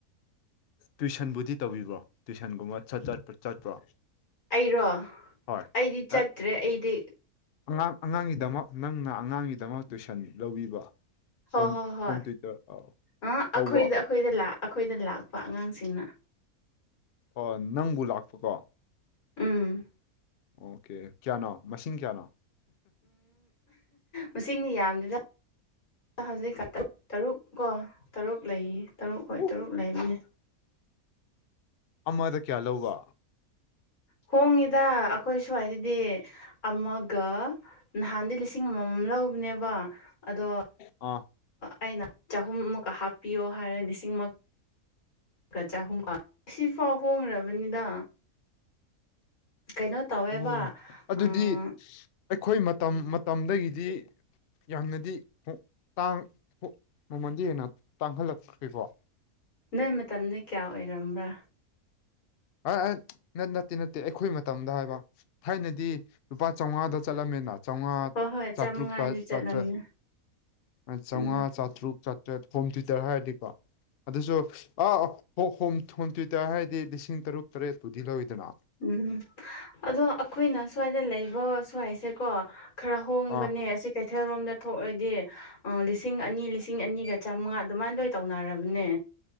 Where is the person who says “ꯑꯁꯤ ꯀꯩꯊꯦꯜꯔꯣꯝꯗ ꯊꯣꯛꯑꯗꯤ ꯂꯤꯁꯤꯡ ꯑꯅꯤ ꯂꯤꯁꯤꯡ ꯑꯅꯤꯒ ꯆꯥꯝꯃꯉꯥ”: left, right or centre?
Left